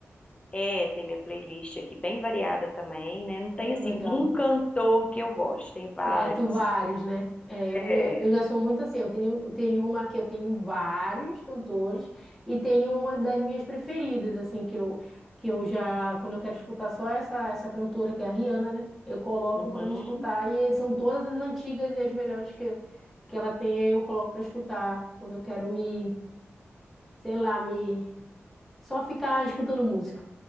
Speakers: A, on the left; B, in the centre.
A: É, tem minha playlist aqui bem variada também, né? Não
B: é,
A: tem assim
B: legal.
A: um cantor que eu gosto, tem vários.
B: Tem- Aí tu vários, né? É,
A: É,
B: eu, eu já sou muito assim, eu tenho, eu tenho uma que eu tenho vários cantores e tenho uma das minhas preferidas, assim, que eu, que eu já, quando eu quero escutar só essa, essa cantora, que é a Rihanna, né? Eu coloco
A: uhum,
B: pra me escutar e são todas as antigas e as melhores que, eu- que ela tem, eu coloco pra escutar quando eu quero me, sei lá, me, só ficar escutando música.